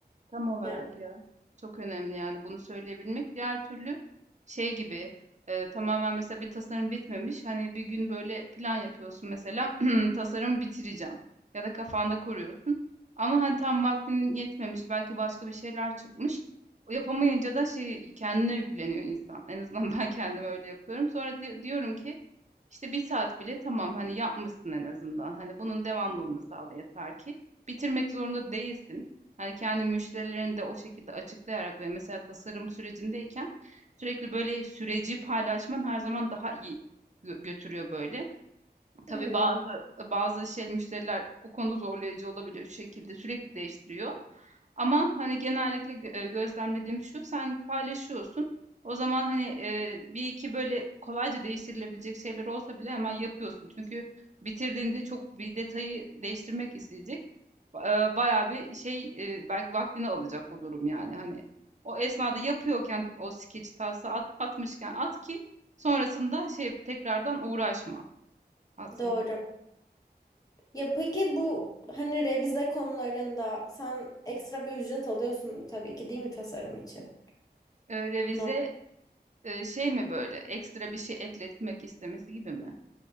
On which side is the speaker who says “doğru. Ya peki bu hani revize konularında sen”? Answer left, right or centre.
Left